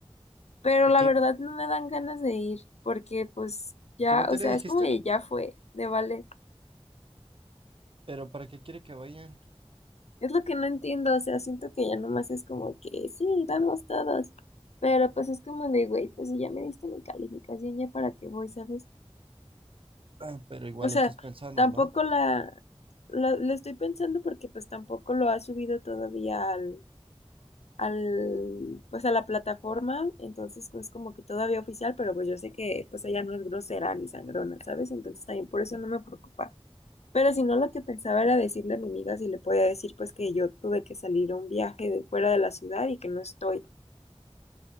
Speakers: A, on the left; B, on the right.
A: Pero
B: ¿A
A: la
B: quién?
A: verdad no me dan ganas de ir porque pues
B: ¿De
A: ya,
B: qué materia
A: o sea,
B: dijiste?
A: es como que ya fue de ballet.
B: Pero ¿para qué quiere que vayan?
A: Es lo que no entiendo, o sea, siento que ya nomás es como que sí, vamos todos. Pero pues es como de, güey, pues si ya me diste mi calificación, ya para qué voy, ¿sabes?
B: Ah, pero igual
A: O sea,
B: lo estás pensando,
A: tampoco
B: ¿no?
A: la, la, la estoy pensando porque pues tampoco lo ha subido todavía al, al, pues a la plataforma, entonces pues como que todavía oficial, pero pues yo sé que pues ella no es grosera ni sangrona, ¿sabes? Entonces también por eso no me preocupa. Pero si no, lo que pensaba era decirle a mi amiga si le podía decir pues que yo tuve que salir a un viaje de fuera de la ciudad y que no estoy.